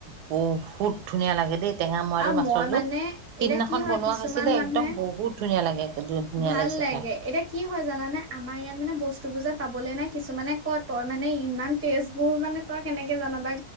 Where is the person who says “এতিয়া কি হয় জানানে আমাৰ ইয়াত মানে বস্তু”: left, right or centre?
Right